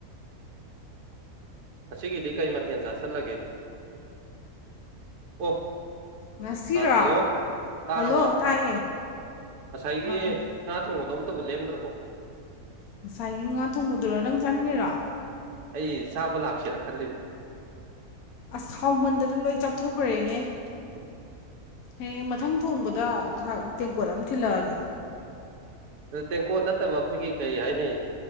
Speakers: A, on the right; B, on the left.
A: ꯉꯁꯤꯒꯤꯗꯤ ꯀꯩ ꯃꯊꯦꯜ ꯆꯥꯁꯤꯜꯂꯒꯦ ꯑꯣ
B: ꯉꯁꯤꯔꯣ
A: ꯑ ꯍꯜꯂꯣ ꯇꯥꯔꯕꯣ
B: ꯍꯜꯂꯣ ꯇꯥꯏꯌꯦ
A: ꯉꯁꯥꯏꯒꯤ
B: ꯑꯥ
A: ꯉꯥ ꯊꯣꯡꯕꯗꯣ ꯑꯝꯇꯕꯨ ꯂꯦꯝꯗ꯭ꯔꯕꯣ
B: ꯉꯁꯥꯏꯒꯤ ꯉꯥ ꯊꯣꯡꯕꯗꯨꯔꯣ ꯅꯪ ꯆꯥꯅꯤꯡꯉꯤꯔꯣ
A: ꯑꯩ ꯆꯥꯕ ꯂꯥꯛꯁꯤꯔꯥ ꯈꯜꯂꯤꯕ
B: ꯑꯁ ꯍꯥꯎꯃꯟꯗꯅ ꯂꯣꯏ ꯆꯥꯊꯣꯛꯈ꯭ꯔꯦꯅꯦ
A: <inaudible>
B: ꯍꯌꯦꯡ ꯃꯊꯪ ꯊꯣꯡꯕꯗ ꯊꯛ ꯇꯦꯡꯀꯣꯠ ꯑꯃ ꯊꯤꯜꯂꯛꯑꯒꯦ
A: ꯇꯦꯡꯀꯣꯠ ꯅꯠꯇꯕ ꯑꯩꯈꯣꯏꯒꯤ ꯀꯩ ꯍꯥꯏꯅꯤ